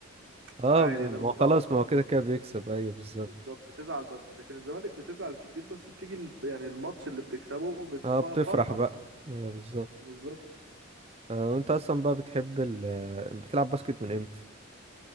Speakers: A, on the right; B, on the right.
A: اه
B: عادي
A: ب- ما
B: ده المتوقع
A: هو خلاص ما هو كده كده بيكسب ايوه بالظبط
B: بالظبط تزعل بس لكن الزمالك بتزعل كتير بس بتيجي الف... يعني الماتش اللي بتكسبه بتفرحة
A: اه بتفرح بقى
B: بقى
A: ايوه بالظبط
B: بالظبط
A: آه وانت اصلا بقى بتحب ال آه، بتلعب باسكت من امتى